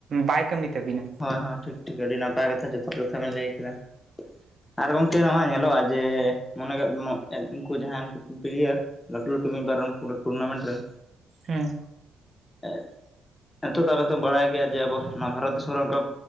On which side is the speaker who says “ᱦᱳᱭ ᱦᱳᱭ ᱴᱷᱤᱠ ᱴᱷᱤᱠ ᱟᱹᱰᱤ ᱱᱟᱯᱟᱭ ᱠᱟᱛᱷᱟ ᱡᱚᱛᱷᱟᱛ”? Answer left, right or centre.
Left